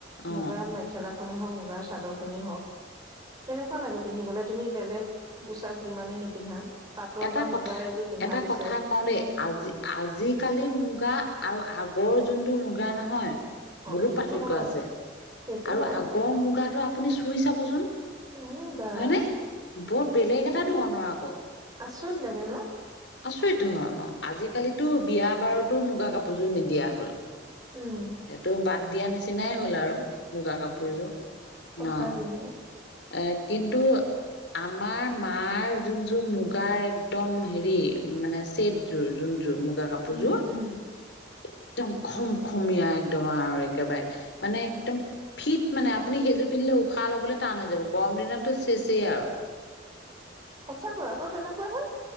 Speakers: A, on the left (about 65°); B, on the right (about 20°).
A: অ
B: মুগাৰ ম <unintelligible> খেলাখনেই হওক, মুগাৰ চাদৰ খনেই হওক। কেনেকুৱা লাগে পিন্ধিবলৈ, তুমি বেলেগ পোছাক যিমানে নিপিন্ধা। পাটৰ
A: এটা
B: বা
A: কথা,
B: মুগাৰ এযোৰ পিন্ধাৰ
A: এটা
B: পিছত
A: কথা কওঁ দেই আজি, আজি। আজ কালি মুগা আৰু আগৰ যোনটো মুগা নহয়
B: অ
A: বহুত
B: সেইটো
A: পাৰ্থক্য
B: হয়
A: আছে।
B: সেইটো
A: আৰু
B: হয়
A: আগৰ মুগাটো আপুনি চুই চাবচোন।
B: উম বা
A: হয়নে, বৰ বেলেগ এটা
B: কি
A: ধৰণৰ আকৌ।
B: আচৰিত লাগে
A: আচৰিত ধৰণৰ, আজিকালিতো বিয়া বাৰতো মুগা কাপোৰযোৰ নিদিয়া হ'ল।
B: উম।
A: এইটো বাদ দিয়া নিচিনাই হ'ল আৰু। মুগা কাপোৰযোৰ
B: সঁচাকৈ
A: অ',
B: নে?
A: এ, কিন্তু আমাৰ মাৰ যোনযোৰ মুগাৰ একদম হেৰি, মানে ছেটযোৰ যোনযোৰ মুগা মুগাকাপোৰযোৰ
B: উম উম
A: একদম খমখমীয়া একদম আৰু একেবাৰে মানে একদম ফিট মানে আপুনি সেইযোৰ পিন্ধিলে উশাহ ল'বলৈ টান হৈ যাব, গৰম দিনতো চেচেই আৰু।
B: সঁচাকৈ আকৌ তেনেকুৱা হে।